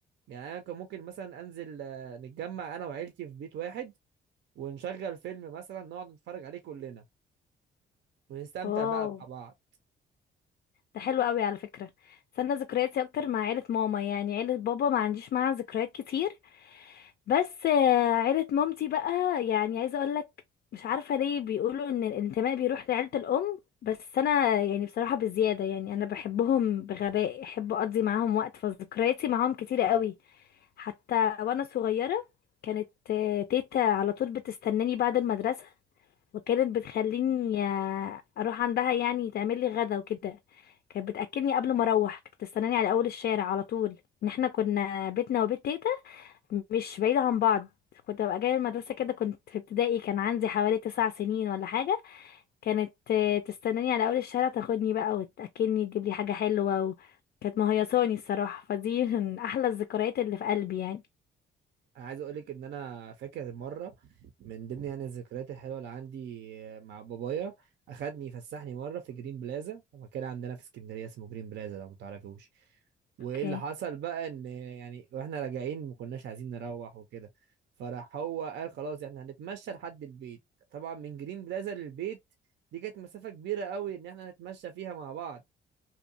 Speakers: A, on the right; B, on the left.
A: يعني انا كان ممكن مثلا انزل آه، نتجمع انا وعيلتي في بيت واحد ونشغل فيلم مثلا نقعد نتفرج عليه كلنا ونستمتع
B: واو
A: بقى مع بعض
B: ده حلو قوي على فكرة بس انا ذكرياتي اكتر مع عيلة ماما يعني عيلة بابا ما عنديش معاها ذكريات كتير بس آه، عيلة مامتي بقى يعني عايزة اقولك مش عارفة ليه بيقولوا ان الانتماء بيروح لعيلة الام بس انا يعني بصراحة بزيادة يعني انا بحبهم بغباء احب اقضي معاهم وقت فذكرياتي معاهم كتيرة قوي حتى وانا صغيرة كانت آه، تيتا على طول بتستناني بعد المدرسة وكانت بتخليني آه، اروح عندها يعني تعمل لي غدا وكده كانت بتاكلني قبل ما اروح كانت بتستناني على اول الشارع على طول ان احنا كنا بيتنا وبيت تيتا مش بعيده عن بعض كنت ببقى جايه المدرسه كده كنت في ابتدائي كان عندي حوالي تسع سنين ولا حاجه كانت آه، تستناني على اول الشارع تاخدني بقى وتاكلني تجيب لي حاجه حلوه و... كانت مهيصاني الصراحه فدي من احلى الذكريات اللي في قلبي يعني
A: انا عايز اقولك ان انا فاكر مره من ضمن يعني الذكريات الحلوه اللي عندي مع بابايا اخدني يفسحني مره في جرين بلازا مكان عندنا في اسكندريه اسمه جرين بلازا لو متعرفوش وايه
B: اوكي
A: اللي حصل بقى ان يعني واحنا راجعين ما كناش عايزين نروح وكده فراح هو قال خلاص احنا هنتمشى لحد البيت طبعا من جرين بلازا للبيت دي كانت مسافه كبيره قوي ان احنا نتمشى فيها مع بعض